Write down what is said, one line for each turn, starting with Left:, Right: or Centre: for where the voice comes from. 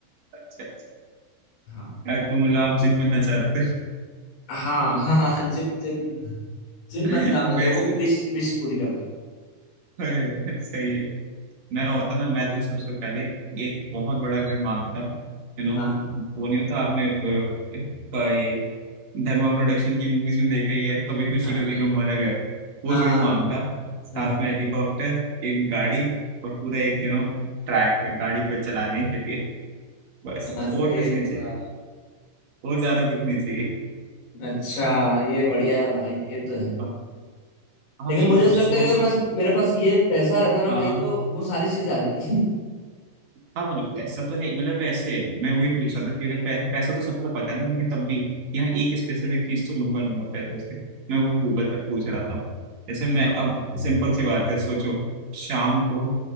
Right: अच्छा अच्छा
Left: हाँ
Right: यार, तो मतलब आप जिन बनना चाहते
Left: हाँ हाँ हाँ जिन जिन जिन
Right: हो
Left: बनता मैं
Right: <laughs>
Left: लोगों की
Right: बेस्ट
Left: विश विश पूरी करता
Right: अरे अरे, सही है मैं होता ना मैं तो सबसे पहले एक बहुत बड़ा घर मांगता हूँ, यू नो
Left: हाँ
Right: वो नहीं होता आपने अ, अ, ये धर्मा प्रोडक्शन की मूवीज में देखा ही है कभी खुशी
Left: हाँ
Right: कभी गम वाला घर वो
Left: हाँ
Right: जरूर
Left: हाँ
Right: मांगता
Left: हाँ
Right: साथ
Left: हाँ हाँ।
Right: में हेलीकॉप्टर एक गाड़ी और पूरा एक यू नो ट्रैक गाड़ी को चलाने के लिए बस
Left: अरे
Right: और कुछ नहीं चाहिए
Left: वाह
Right: और ज्यादा कुछ नहीं चाहिए
Left: अच्छा ये बढ़िया है भाई ये तो है
Right: हाँ,
Left: लेकिन
Right: आप सोचो
Left: मुझे ऐसा लगता
Right: सुबह
Left: है कि अगर
Right: सुबह
Left: मैं मेरे पास ये पैसा रहता ना
Right: हाँ
Left: भाई
Right: हाँ।
Left: तो वो सारी चीजें आ जाती
Right: हाँ मतलब पैसा तो है ही, मतलब वैसे मैं वही पूछ रहा था कि अगर पै, पैसा तो सबको पता नहीं लेकिन तब भी यहाँ एक स्पेसिफिक चीज तो लूंगा लूंगा पैसे से मैं वो पू- बता पूछ रहा था जैसे
Left: हाँ
Right: मैं अब सिंपल सी बात है सोचो शाम को